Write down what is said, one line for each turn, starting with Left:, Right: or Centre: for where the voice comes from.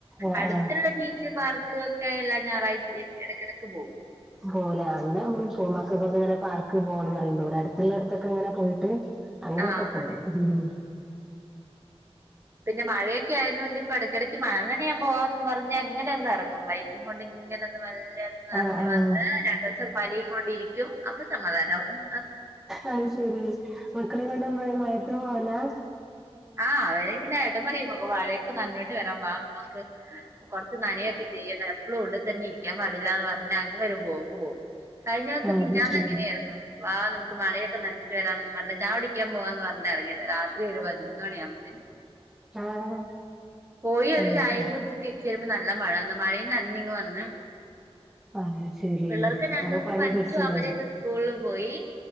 Centre: ആഹ്
Right: അടുത്തുള്ള
Centre: ആഹ്
Right: ബീച്ച് പാർക്ക് ഒക്കെ എല്ലാ ഞായറാഴ്ചയും ഇടക്കിടക്ക് പോവും
Centre: പോവുല്ലേ അങ്ങനെ നമ്മളും പോവൂം മക്കൊക്കൊക്കെ ഇങ്ങനെ പാർക്ക് പോണംന്ന് പറുമ്പോ ഇവിടെ അടുത്തുള്ള ഇടത്തൊക്കെ ഇങ്ങനെ പോയിട്ട് അങ്ങനൊക്കെ
Right: ആഹ്
Centre: പോരും
Right: പിന്നെ മഴയൊക്കെ ആയതുകൊണ്ട് ഇപ്പ ഇടക്കിടയ്ക്ക് മഴ നനയാൻ പോവാന്ന് പറഞ്ഞ് അങ്ങനെ ഒന്ന് ഇറങ്ങും വൈ കൊണ്ട് ഇങ്ങനൊന്ന് വന്ന് നനഞ്ഞ്
Centre: ആഹ് ആഹ്
Right: വന്ന് രണ്ടോസം പനിയും കൊണ്ടിരി ക്കും അപ്പൊ സമാധാനവും
Centre: അയ് ശരി മക്കളിം കൊണ്ട് നമ്മള് ഈ മഴത്ത് പോവലാ
Right: ആഹ് അവരിങ്ങനെ ഏട്ടൻ പറയും മഴയൊക്കെ നനഞ്ഞിട്ട് വരാം വാ മക്ക കൊറച്ച് നനയൊക്കെ ചെയ്യാ എപ്പളും ഉള്ളിൽ തന്നെ ഇരിക്കാൻ പാടില്ലന്ന് പറഞ്ഞ് അ ങ്ങനൊരു പോക്ക് പോവും കഴിഞ്ഞ ദിവസം
Centre: അത്
Right: മിഞ്ഞാന്ന്
Centre: ശരി
Right: അങ്ങനെയായിരുന്നു വാ നമുക്ക് മഴയൊക്കെ നഞ്ഞിട്ട് വരാന്നും പറഞ്ഞ് ചായ കുടിക്കാൻ പോവാന്ന് പറഞ്ഞ് ഇറങ്ങിയതാ രാത്രി ഒരുപ പയ്നൊന്നു മണി ആവുമ്പാതെനും
Centre: ആഹ്
Right: പോയി ഒരു
Centre: അത്
Right: ചായയും
Centre: ശരി
Right: കുടിച്ച് തിരിച്ച് വരുമ്പോ നല്ല മഴയാണു മഴ നനഞ്ഞ് ഇങ്ങനെ വന്ന്
Centre: അത് ശരി
Right: പിള്ളേർക്ക് രണ്ടൂസം
Centre: അപ്പൊ പനി
Right: പനിച്ചു
Centre: പിടിച്ചിണ്ടാവും
Right: അവരിന്ന് സ്കൂളിൽ പോയി